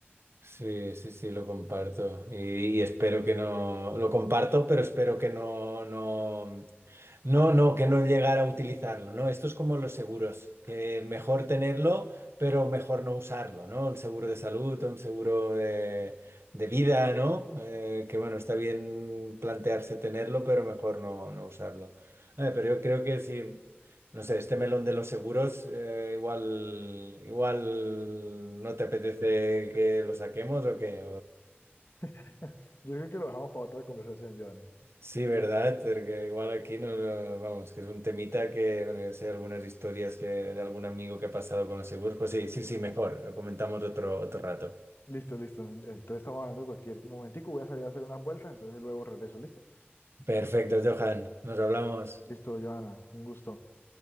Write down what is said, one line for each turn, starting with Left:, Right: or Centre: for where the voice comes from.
Right: Sí, sí, sí, lo comparto. Y, y espero que no. Lo comparto, pero espero que no, no. No, no, que no llegara a utilizarlo, ¿no? Esto es como los seguros, que mejor tenerlo, pero mejor no usarlo, ¿no? Un seguro de salud, un seguro de, de vida, ¿no? Eh, que bueno, está bien plantearse tenerlo, pero mejor no, no usarlo. A pero yo creo que sí. No sé, este melón de los seguros, eh, igual, igual no te apetece que lo saquemos o que
Left: <laughs> Yo creo que lo dejamos para otra conversación, Joan.
Right: Sí, ¿verdad? Porque igual aquí no, no- vamos, que es un temita que, bueno, yo sé algunas historias que de algún amigo que ha pasado con los seguros. Pues sí, sí, sí, mejor. Lo comentamos otro, otro rato.
Left: Listo, listo. Entonces estamos hablando en cualquier momentico. Voy a salir a hacer una vuelta, entonces luego regreso. ¿Listo?
Right: Perfecto, Johan. Nos hablamos.
Left: Listo, Joana. Un gusto.